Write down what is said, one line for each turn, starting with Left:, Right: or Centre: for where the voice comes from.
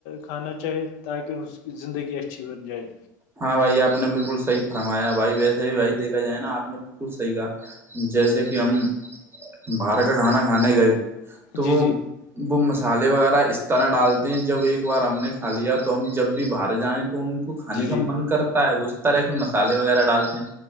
Left: کھانا چاہے تاکہ زندگی اچھی ب جائےد
Right: ہاں بھائی آپ نے بالکل صحی فرمایا بھائی ویسے بھی بھائی دیکا جائے نا آپ نے بالکل صحی کہا جیسے کہ ہم باہر کا کھانا کھانے گئے تو
Left: جی
Right: وہ
Left: جی
Right: وہ مسالحے وغیرہ اس طرح ڈالتے ہیں جب ایک بار ہم نے کھا لیا تو ہم جب بھی باہر جائیں تو ان کو کھے
Left: جی جی
Right: کا من کرتا ہے اس طرح کے مسالے وغیرہ ڈالتے ہیں